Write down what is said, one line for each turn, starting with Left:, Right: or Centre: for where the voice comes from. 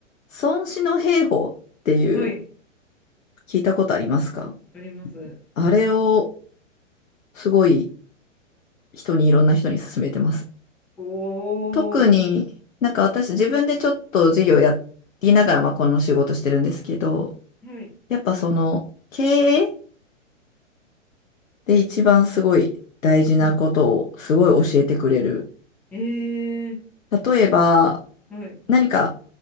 Left: 孫子の兵法っていう
Centre: はい。
Left: 聞いたことありますか
Centre: あります。
Left: あれをすごい人にいろんな人に勧めてます。
Centre: おお。
Left: 特になんか私自分でちょっと事業やりながらまあこの仕事してるんですけど、
Centre: はい。
Left: やっぱその経営で一番すごい大事なことをすごい教えてくれる。
Centre: うん。うんええ
Left: 例えば
Centre: ーはい。
Left: 何か